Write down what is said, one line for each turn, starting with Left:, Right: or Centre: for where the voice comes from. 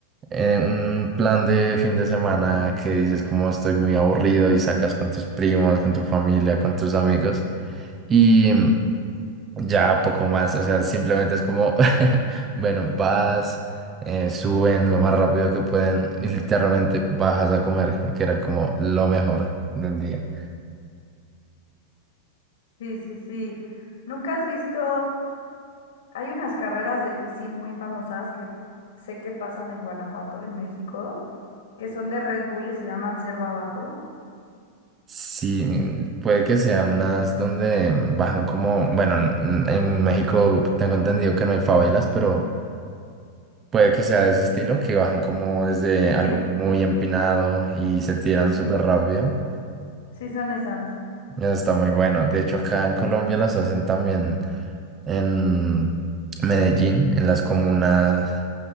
Right: eh, un plan de fin de semana que dices como estoy muy aburrido y sacas con tus primos, con tu familia, con tus amigos y mm, ya poco más, o sea, simplemente es como, <laughs> bueno, vas, eh, suben lo más rápido que pueden y literalmente bajas a comer, que era como lo mejor del día.
Left: Sí, sí, sí. ¿Nunca has visto? Hay unas carreras de bici muy famosas que sé que pasan en Guanajuato, en México, que son de Red Bull y se llaman Cerro Abajo.
Right: Sí, mm, puede que sean unas donde bajan como, bueno, en en México tengo entendido que no hay favelas, pero... Puede que sea de ese estilo, que bajan como desde algo
Left: Sí,
Right: muy empinado y se tiran súper
Left: sí,
Right: rápido.
Left: sí son esas.
Right: Eso está muy bueno. De hecho, acá en Colombia las hacen también en Medellín, en las comunas